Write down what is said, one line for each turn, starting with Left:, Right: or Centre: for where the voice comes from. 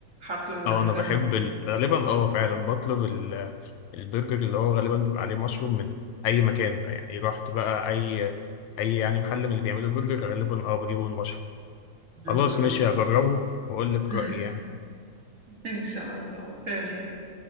Right: هطلب غالبا
Left: أه أنا بحب ال... غالبا أه فعلا بطلب ال... البرجر اللي هو غالبا بيبقى عليه مشروم من أي مكان بقى يعني رحت بقى أي أي يعني محل من اللي بيعملوا برجر غالبا أه بجيبه المشروم
Right: بالظبط
Left: خلاص ماشي هجربه وأقول
Right: <laughs>
Left: لك رأيي يعني
Right: ان شاء الله تمام